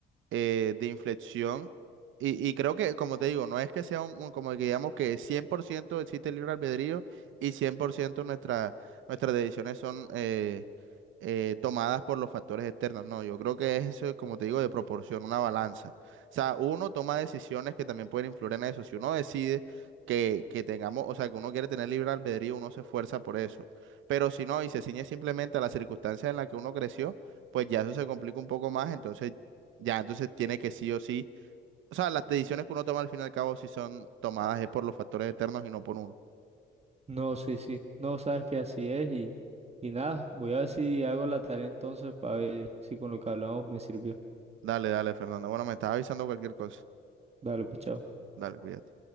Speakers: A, on the right; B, on the right.
A: eh, de inflexión. Y, y creo que, como te digo, no es que sea un, un- como que digamos que 100% existe el libre albedrío y 100% nuestra, nuestras decisiones son eh, eh, tomadas por los factores externos. No, yo creo que es eso, como te digo, de proporción, una balanza. O sea, uno toma decisiones que también pueden influir en eso. Si uno decide que, que tengamos, o sea, que uno quiere tener libre albedrío, uno se esfuerza por eso. Pero si no, y se ciñe simplemente a las circunstancias en las que uno creció, pues ya eso se complica un poco más. Entonces ya, entonces tiene que sí o sí. O sea, las decisiones que uno toma al fin y al cabo, si son tomadas es por los factores externos y no por uno.
B: No, sí, sí, no sabes que así es y, y nada, voy a ver si hago la tarea entonces para ver si con lo que hablamos me sirvió.
A: Dale, dale, Fernando. Bueno, me estás avisando cualquier cosa.
B: Dale, pues chao.
A: Dale, cuídate.